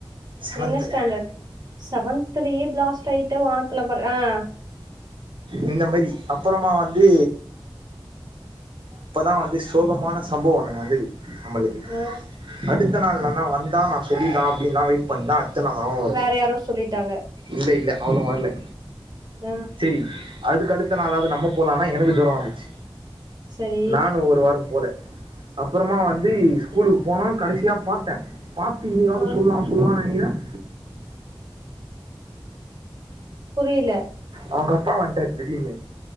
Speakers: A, on the right (about 65°); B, on the right (about 45°).
A: செவன்த்ல
B: என்னச் ஸ்டாண்டட் செவன்துலயே பிளாஸ்ட் ஆயிட்டு வானத்துல ம் ஆ
A: இந்த மாரி அப்புறமா வந்து அப்பதா வந்து சோகமான சம்பவ ஒன்னு நடந்துது நம்மளுக்கு
B: ஆ.
A: அடுத்த நாள் நனா வந்தா நா சொல்லிட்லா அப்டின்னுலா வெயிட் பண்தா துல ஞாபோ வருது
B: வேற யாரோ சொல்லிட்டாங்க.
A: இல்ல இல்ல அவளு வர்ல
B: அ
A: ரி அதுக்கு அடுத்த நாளாவது நம்ம போலானா எனக்கு ஜொர வந்துச்சு
B: சரி.
A: நானு ஒரு வார போல அப்புறமா வந்து ஸ்கூலுக்கு போனோ கடைசியா பாத்தே பாத்து இன்னிக்காவது
B: ஆ.
A: சொல்லுலா சொல்லுலா நெனைக்கிறே <inaudible>
B: புரியில
A: அவங்க அப்பா வன்ட்டாரு திடீர்னு